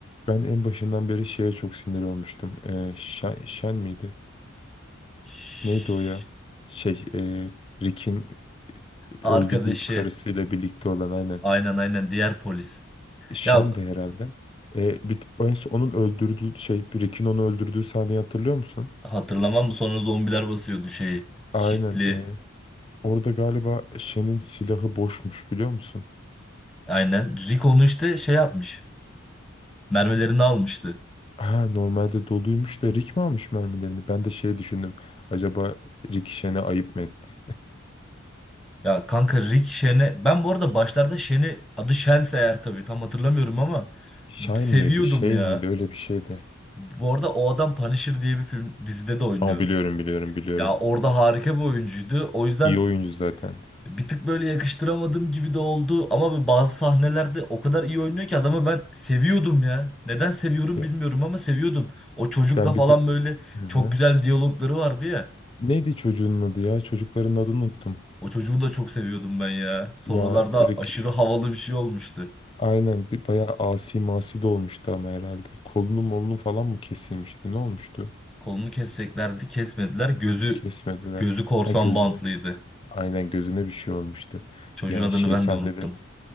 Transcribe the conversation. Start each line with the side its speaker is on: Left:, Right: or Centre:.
Left: ben en başından beri şeye çok sinir olmuştum. E, Shen, Shen miydi?
Centre: Şşş.
Left: Neydi o ya? Şey, e, Rick'in
Centre: Arkadaşı.
Left: öldü deyip karısıyla birlikte olan aynen.
Centre: Aynen aynen diğer polis.
Left: Shen
Centre: Ya
Left: de herhalde. E, bir, en son onun öldürdüğü şey, Rick'in onu öldürdüğü sahneyi hatırlıyor musun?
Centre: hatırlamam mı sonra zombiler basıyordu şeyi. Çiftli.
Left: Aynen. e, orada galiba Shen'in silahı boşmuş biliyor musun?
Centre: Aynen. Rick onu işte şey yapmış. Mermilerini almıştı.
Left: Ha normalde doluymuş da Rick mi almış mermilerini? Ben de şey düşündüm. Acaba Rick Shen'e ayıp mı etti?
Centre: Ya kanka Rick Shen'e ben bu arada başlarda Shen'i adı Shen'se eğer tabii tam hatırlamıyorum ama
Left: <laughs> Shine
Centre: seviyordum
Left: miydi? Shane
Centre: ya.
Left: miydi? Öyle bir şeydi.
Centre: Bu arada o adam Punisher diye bir film dizide de oynuyor.
Left: Ama biliyorum biliyorum biliyorum.
Centre: Ya orada harika bir oyuncuydu. O yüzden
Left: İyi oyuncu zaten.
Centre: Bir tık böyle yakıştıramadığım gibi de oldu ama bazı sahnelerde o kadar iyi oynuyor ki adamı ben seviyordum ya. Neden seviyorum
Left: Ya,
Centre: bilmiyorum ama seviyordum. O çocukla
Left: Ben
Centre: falan
Left: bir de...
Centre: böyle
Left: Hı
Centre: çok
Left: hı.
Centre: güzel diyalogları vardı ya.
Left: Neydi çocuğun adı ya? Çocukların adını unuttum.
Centre: O çocuğu da çok seviyordum ben ya. Sonralarda
Left: Ya Rick
Centre: aşırı havalı bir şey olmuştu.
Left: aynen bir bayağı asi masi de olmuştu ama herhalde. Kolunu molunu falan mı kesilmişti? Ne olmuştu?
Centre: Kolunu keseceklerdi, kesmediler. Gözü
Left: Kesmediler.
Centre: gözü korsan
Left: Ha gözüne
Centre: bantlıydı.
Left: aynen gözüne bir şey olmuştu.
Centre: Çocuğun
Left: Ya
Centre: adını
Left: şey
Centre: ben
Left: sahneleri
Centre: de unuttum.